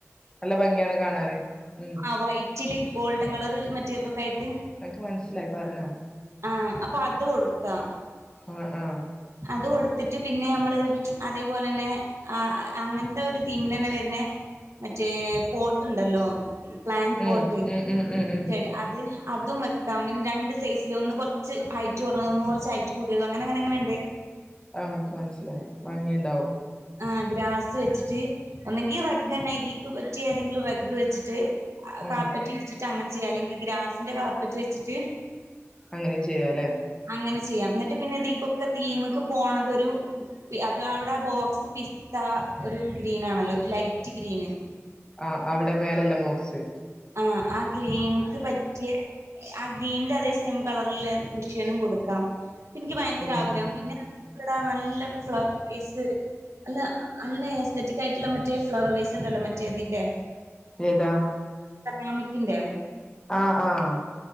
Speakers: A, on the left; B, on the right.
A: നല്ല ഭംഗിയാണ് കാണാന് ഉം
B: ആ വൈറ്റില് ഗോൾഡൻ കളറ് മറ്റേതൊക്കെ ആയിട്ട്
A: എനിക്ക് മനസ്സിലായി പറഞ്ഞോ
B: ആഹ് അപ്പൊ അത് കൊടുക്കാം
A: ആഹ് ആഹ്
B: അത് കൊടുത്തിട്ട് പിന്നെ നമ്മള് അതേപോലെ തന്നെ ആ അങ്ങനത്തെ ഒരു തീമിൽ തന്നെ വരുന്നെ മറ്റേ പോട്ട്ണ്ടല്ലോ പ്ലാൻ പോട്ട്
A: ഉം ഉം ഉം ഉം ഉം
B: ചെടി അത് അതും വെക്കാം പിന്നെ രണ്ട് സൈസില് ഒന്ന്. കുറച്ച് ഹൈറ്റ് കുറഞ്ഞത് ഒന്ന് കുറച്ച് ഹൈറ്റ് കൂടിയത് അങ്ങനെ അങ്ങനെ അങ്ങനെയുണ്ട്
A: ആഹ് എനിക്ക് മനസ്സിലായി ഭംഗിയുണ്ടാവും
B: ആഹ് ഗ്രാസ് വെച്ചിട്ട് ഒന്നെങ്കി റഗ്ഗ നൈതിക്ക് പറ്റി ഏതെങ്കിലും റഗ് വെച്ചിട്ട്
A: ഉം
B: കാർപ്പറ്റ് വിരിച്ചിട്ട് അങ്ങനെ ചെയ്യാം അല്ലെങ്കി ഗ്രാസിന്റെ കാർപ്പറ്റ് വെച്ചിട്ട്
A: അങ്ങനിം ചെയ്യാലെ
B: അങ്ങനെ ചെയ്യാം ഇന്നിട്ട് പിന്നെ ഇതിക്കൊക്കെ തീമക്ക് പോകണതൊരു പി അത് അവിട ആ ബോക്സ് പിസ്താ ഒരു ഗ്രീനണല്ലോ ഒരു ലൈറ്റ് ഗ്രീന്
A: ആഹ്‌ അവിടെ മേലല്ലേ ബോക്സ്
B: ആഹ് ആ ഗ്രീൻക്ക് പറ്റ്യെ ആഹ്‌ ഗ്രീൻന്റെതേ സെയിം കളറില്ലെ കുഷിയനും കൊടുക്കാം ഇൻക്ക് ഭയങ്കര
A: ഉം
B: ആഗ്രഹം
A: ഉം
B: പിന്നെ ടാ നല്ല ഫ്ലവർ ഫേസ് അല്ല അല്ല ഏസ്തറ്റിക് ആയിട്ടിള്ള മറ്റേ ഫ്ലവർ വേസ് ഇണ്ടല്ലോ മറ്റേ അതിന്റെ
A: ഏതാ
B: ടെക്നൊമിക്കിന്റെ
A: ആഹ്‌ ആഹ്‌